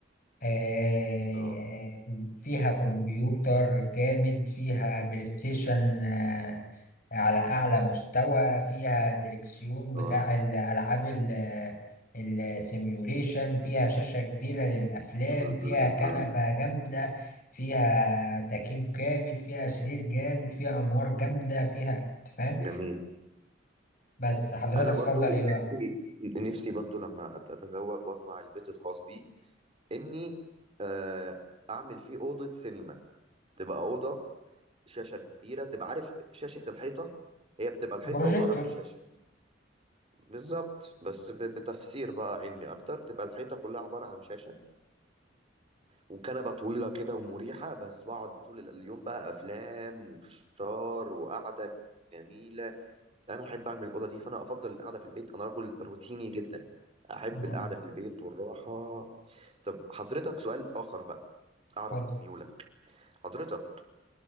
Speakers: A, on the left (about 50°); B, on the right (about 30°).
A: آه،
B: اه
A: فيها كمبيوتر جامد فيها بلاي ستيشن آه، على أعلى مستوى فيها دريكسيون بتاع
B: اه
A: الألعاب ال- السيميوليشن فيها شاشة كبيرة للأفلام
B: <laughs> م-
A: فيها
B: م-
A: كنبة
B: م.
A: جامدة فيها تكييف جامد فيها سرير جامد فيها أنوار جامدة فيها أنت فاهم
B: جميل
A: بس حضرتك
B: انا
A: تفضل
B: برضو
A: إيه بقى؟
B: نفسي نفسي برضو لما أت- اتزوج واصنع البيت الخاص بي اني آه، اعمل فيه اوضه سينما تبقى اوضه شاشة كبيرة تبقى عارف شاشة الحيطة هي بتبقى الحيطة
A: بروجيكتور
B: عبارة عن شاشة بالظبط بس ب- بتفسير بقى علمي أكتر بتبقى الحيطة كلها عبارة عن شاشة وكنبة طويلة كده ومريحة بس وأقعد طول اليوم بقى أفلام وفشار وقعدة جميلة أنا أحب أعمل الأوضة دي فأنا أفضل القعدة في البيت أنا رجل روتيني جدا أحب
A: آه،
B: القعدة في البيت والراحة طب حضرتك سؤال آخر بقى أعرف
A: اتفضل
B: ميولك حضرتك